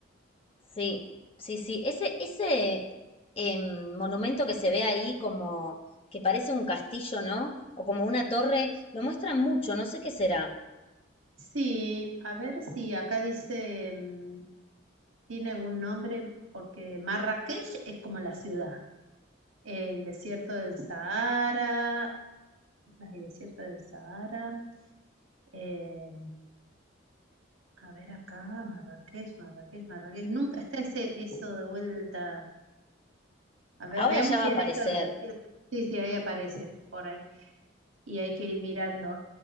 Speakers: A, on the left (about 30°); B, on the right (about 85°).
A: Sí, sí, sí. Ese, ese em, monumento que se ve ahí como que parece un castillo, ¿no? O como una torre, lo muestran mucho, no sé qué será.
B: Sí, a ver si acá dice, mm, tiene algún nombre, porque Marrakech es como la ciudad, el desierto del Sahara, las y desierto del Sahara. eh, a ver acá, Marrakech, Marrakech, Marrakech. Nunca está ese eso de vuelta. A ver,
A: Ahora
B: veamos
A: ya
B: si
A: va a
B: en
A: aparecer.
B: esto del desierto. Sí, sí, ahí aparece por ahí. Y hay que ir mirando.